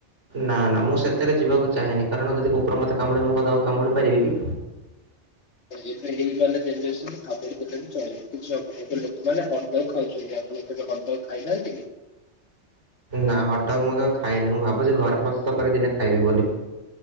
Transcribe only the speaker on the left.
ଏବେ ଏଇ ବାଲା ଜେନେରେସନ କାମୁଡି ପକେଇକି ଚଳିବ କିଛି ହବନି ଲୋକମାନେ ହଟ ଡଗ ଖାଉଛନ୍ତି ଆପଣ କେବେ ହଟ ଡଗ ଖାଇନାହାନ୍ତି କି?